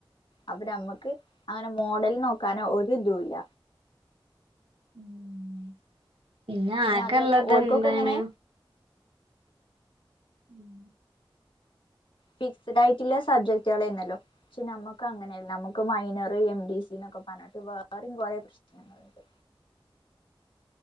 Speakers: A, on the left; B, on the right.
A: അപ്പൊ നമ്മുക്ക് അങ്ങനെ മോഡൽ നോക്കാന ഒ ഇതല്ല.
B: ഉ പിന്നെ ആക്കെ
A: അതുമല്ല
B: ഉള്ളത്
A: ഓൽക്കൊക്കെ
B: എന്താണ്
A: ഇങ്ങനെ
B: ഉം
A: ഫിക്സ്ഡ് ആയിട്ടുള്ള സബ്ജക്ടുകളന്നല്ലോ? പക്ഷെ നമ്മക്ക് അങ്ങനെയല്ല നമുക്ക് മൈനർ എം ഡി സി എന്നൊക്കെ പറഞ്ഞിട്ട് വേറെും കുറെേ പ്രശ്നങ്ങളുണ്ട്.